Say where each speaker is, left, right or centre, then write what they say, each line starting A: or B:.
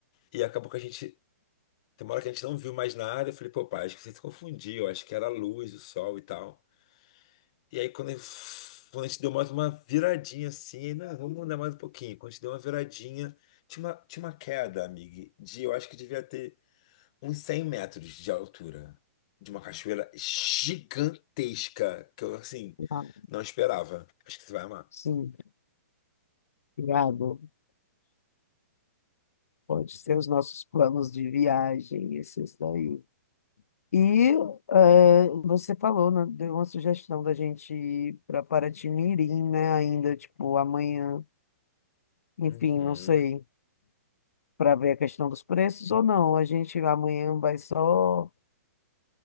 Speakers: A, on the left (about 25°); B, on the left (about 65°).
A: E acabou que a gente tem uma hora que a gente não viu mais nada. Eu falei, pô, pai, acho que você se confundiu. Acho que era a luz, o sol e tal. E aí, quando, eu- quando a gente deu mais uma viradinha assim, não, vamos andar mais um pouquinho. Quando a gente deu uma viradinha, tinha uma, tinha uma queda, amigo, de eu acho que devia ter uns 100 metros de altura, de uma cachoeira gigantesca, que eu, assim,
B: Ah,
A: não esperava. Acho que você vai amar.
B: sim, obrigado. Pode ser os nossos planos de viagem, esses daí. E é, você falou, né, deu uma sugestão da gente ir para Paraty-Mirim, né? Ainda, tipo, amanhã, enfim,
A: Uhum.
B: não sei, para ver a questão dos preços ou não. A gente amanhã vai só,